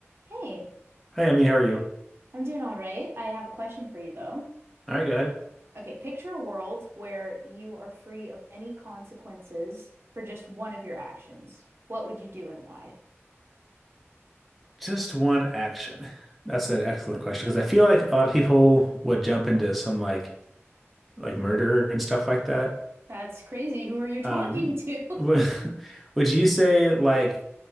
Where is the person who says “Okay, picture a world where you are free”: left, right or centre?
Right